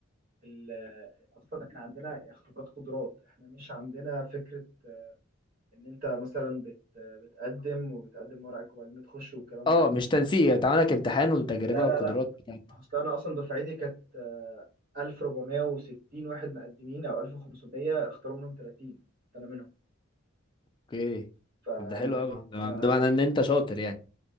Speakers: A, on the right; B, on the left.
A: ال... اصلا احنا عندنا اختبارات قدرات احنا مش عندنا فكره ان انت مثلا بت... بتقدم وبتقدم ورقك وبعدين بتخش والكلام
B: اه
A: ده
B: مش تنسيق يعني تعمل لك امتحان وتجربة
A: لا لا
B: وقدرات
A: لا
B: بتاعتك
A: اصل انا اصلا دفعتي كانت آه، 1460 واحد مقدمين او 1500 اختاروا منهم 30 كنت انا منهم
B: اوكي
A: فالموضوع
B: طب ده حلو قوي ده
A: انا
B: ده
A: آه،
B: معناه ان انت شاطر يعني